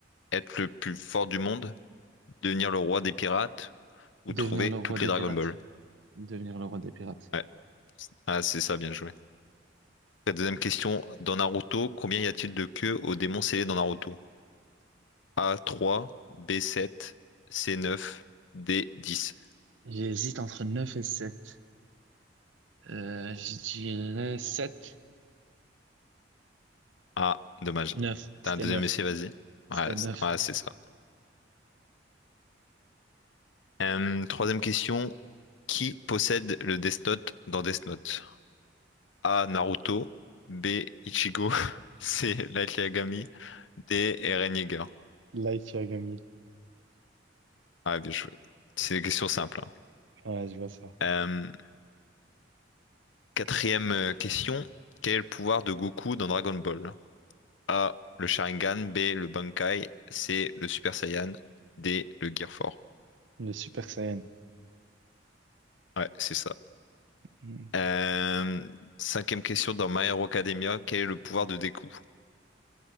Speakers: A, on the left; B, on the right.
A: être le plus fort du monde, devenir le roi des pirates ou
B: Devenir
A: trouver
B: le roi
A: toutes
B: des
A: les Dragon
B: pirates.
A: Ball?
B: Devenir le roi des pirates.
A: Ouais. Ah, c'est ça, bien joué. La deuxième question, dans Naruto, combien y a-t-il de queues au démon scellé dans Naruto? a trois, b sept, c neuf, d dix.
B: J'hésite entre 9 et sept Euh, je dirais sept
A: Ah, dommage.
B: neuf C'était
A: T'as un deuxième
B: neuf
A: essai, vas-y. Ouais,
B: C'était neuf
A: c'est ouais, c'est ça. Euh, troisième question. Qui possède le Death Note dans Death Note? A. Naruto. B. Ichigo. <laughs> C. Light Yagami. D. Eren Yeager.
B: Light Yagami.
A: Ah, bien joué. C'est des questions simples. hein.
B: Ouais, je vois ça.
A: Euh, quatrième euh, question. Quel est le pouvoir de Goku dans Dragon Ball? A. Le Sharingan. B. Le Bankai. C. Le Super Saiyan. D. Le Gear Four.
B: Le Super Saiyan.
A: Ouais, c'est ça.
B: Mm.
A: Euh, cinquième question dans My Hero Academia, quel est le pouvoir de Deku?